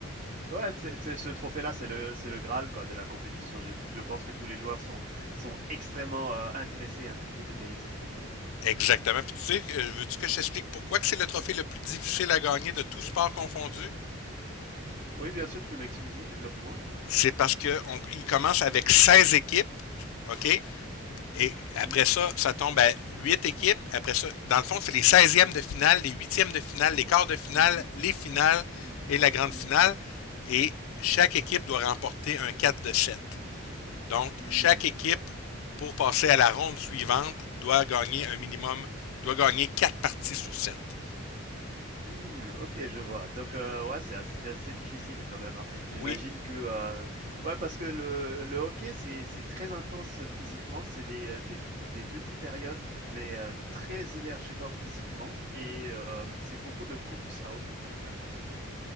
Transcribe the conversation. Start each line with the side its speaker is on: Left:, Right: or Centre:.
Right: Ouais, c'est c'est ce trophée-là, c'est le c'est le graal quoi de la compétition. Je je pense que tous les joueurs sont sont extrêmement, heu, intéressés et intrigués de gagner ce trophée.
Left: Exactement. Puis tu sais, euh, veux-tu que je t'explique pourquoi que c'est le trophée le plus difficile à gagner de tout sport confondu?
Right: Oui, bien sûr, tu peux m'expliquer, développe-moi.
Left: C'est parce que on- il commence avec 16 équipes, OK? Et après
Right: Mmh.
Left: ça, ça tombe à 8 équipes. Après ça, dans le fond, c'est les seizièmes de finale, les huitièmes de finale, les quarts de finale,
Right: Mmh mh.
Left: les finales
Right: Mmh.
Left: et la grande
Right: Mmh.
Left: finale. Et chaque équipe doit remporter un 4 de 7. Donc,
Right: Mmh.
Left: chaque équipe, pour passer à la ronde suivante, doit gagner un minimum,
Right: Mmh.
Left: doit gagner quatre parties sur sept.
Right: Mmh, OK, je vois. Donc, heu, ouais, c'est assez assez difficile quand même, hein.
Left: Oui,
Right: J'imagine que, heu ouais, parce que le le hockey, c'est c'est très intense physiquement, c'est des, heu, des des petits périodes, mais, heu, très énergivores physiquement et hem, c'est beaucoup de courses à haute inten intensité.